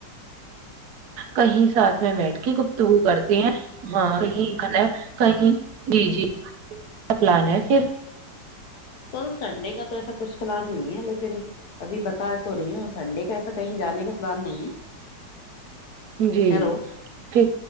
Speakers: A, on the right; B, on the left.
A: کہی ساتھ میں بیٹھ کے گفتگو کرتے ہیں ہاں کہ کہی جی جی پلان ہے پھر
B: کل سنڈے دیکھا تو ایسا کچھ پلان نہیں ہے لیکن ابھی بتا تو رہی ہوں سنڈے کا ایسا کہی جانے کا پلان نہیں ہے
A: جی
B: ہیلو
A: پھر